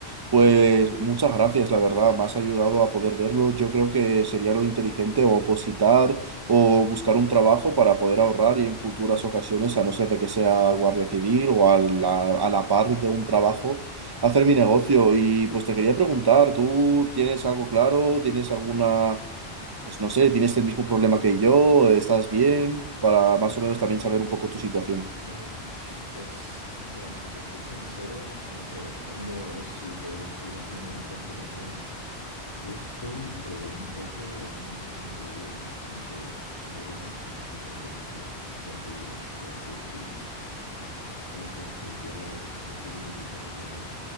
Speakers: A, on the right; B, on the left.
A: Pues muchas gracias, la verdad, me has ayudado a poder verlo. Yo creo que sería lo inteligente o opositar o buscar un trabajo para poder ahorrar y en futuras ocasiones, a no ser de que sea guardia civil o a la, a la par de un trabajo, hacer mi negocio. Y pues te quería preguntar, ¿tú tienes algo claro? ¿Tienes alguna... Pues no sé, ¿tienes el mismo problema que yo? ¿Estás bien? Para más o menos también saber un poco tu situación.
B: Eh, pues mira, si te soy sincero, eh, aprovechando a ver si podrías ayudarme en una cosa también. Yo estoy eh, un poco en un momento de vida ahora mismo que hay veces que me siento como perdido, por así decirlo, Eh, porque yo me quiero dedicar eh,